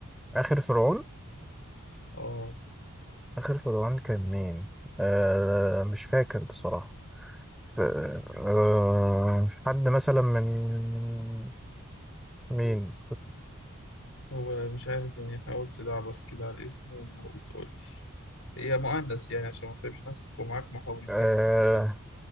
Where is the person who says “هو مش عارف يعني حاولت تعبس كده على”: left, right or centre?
Left